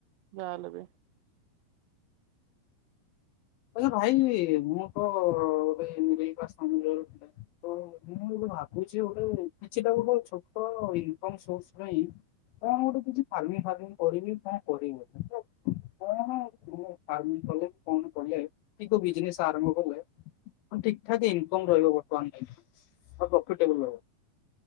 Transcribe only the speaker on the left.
ଆଚ୍ଛା ଭାଇ ମୁଁ ତ ଗୋଟେ <unintelligible> ବା ସମ୍ର ତ ମୁଁ ଗୋଟେ ଭାବୁଛି ଗୋଟେ କିଛିଟା ଗୋଟେ ଛୋଟ ଇନକମ୍ ସୋର୍ସ ପାଇଁ। କଣ ଗୋଟେ କିଛି ଫାର୍ମିଙ୍ଗ ଫାର୍ମିଙ୍ଗ କରିବି କଣ କରିବି? ମୁଁ କଣ ଫାର୍ମିଙ୍ଗ କଲେ କଣ କଲେ କି କୋଉ ବିଜନେସ୍ ଆରମ୍ଭ କଲେ ହଁ ଠିକ ଠାକ ଇନକମ୍ ରହିବ ବର୍ତ୍ତମାନ, ଆଉ ପ୍ରଫିଟେବୁଲ୍ ରହିବ।